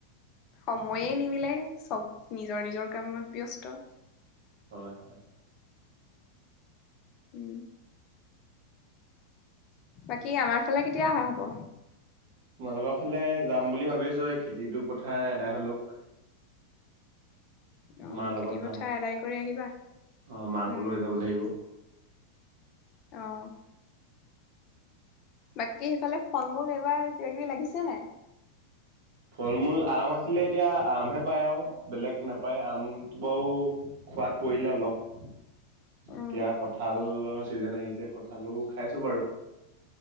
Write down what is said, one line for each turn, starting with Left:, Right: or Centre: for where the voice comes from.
Left: সময়ে নিমিলে, চব নিজৰ নিজৰ কামত ব্যস্ত
Right: হয় হয়।
Left: উম বাকী আমাৰ ফালে কেতিয়া অহা হব?
Right: তোমালোকৰ ফালে যাম বুলি ভাবি আছো এই খেতিটো পথাৰ এদাই হৈ লওক।
Left: অ
Right: মাৰ লগত
Left: খেতি
Right: যাম।
Left: পথাৰ আদায় কৰি আহিবা
Right: অ মাকো
Left: উম
Right: লৈ যাব লাগিব।
Left: অহ বাকী সেইফালে ফল মূল এইবাৰ কিবা কিবি লাগিছে নাই?
Right: ফল মূল আম আছিলে এতিয়া আমহে পায় আৰু বেলেগ নাপায় আমটো বাৰু। খোৱাত পৰিলে অলপ
Left: <inaudible> উম
Right: এতিয়া কঁঠালৰ ছিজেন আহিছে কঁঠালো খাইছোঁ বাৰু